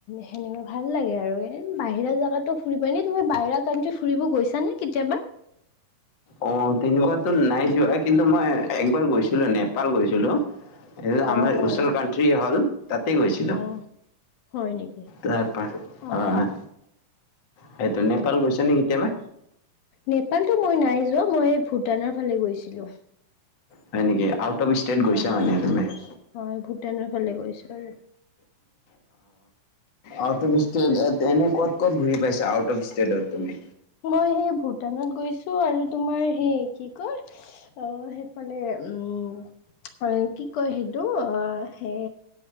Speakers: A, on the left; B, on the left.
A: সেনেকুৱা ভাল লাগে আৰু বাহিৰা জেগাতো ফুৰিব এনে তুমি বাহিৰা কাণ্ট্ৰি ফুৰিব গৈছা নে কেতিয়াবা?
B: অ তেনেকুৱাতো নাই যোৱা কিন্তু মই একবাৰ গৈছিলোঁ নেপাল গৈছিলোঁ। এই আমাৰ
A: অ', অ',
B: ওচৰ কান্ট্ৰি হল তাতেই গৈছিলোঁ।
A: অ', হয় নেকি?
B: তাৰ পৰা
A: অ',
B: আহ। সেইটো নেপাল গৈছা নে কেতিয়াবা?
A: নেপালটো মই নাই যোৱা মই ভূটানৰ ফালে গৈছিলোঁ।
B: হয় নেকি আউট অফ ষ্টেট গৈছা
A: হয়
B: মানে তুমি? অহ।
A: হয় ভূটানৰ ফালে গৈছোঁ আৰু।
B: আউট অফ ষ্টেট এনে ক'ত ক'ত ঘূৰি পাইছা আউট অফ ষ্টেটৰ তুমি?
A: মই সেই ভূটানত গৈছোঁ আৰু তোমাৰ সেই কি কয় অ ফালে উম কি কয় সেইটো অ সে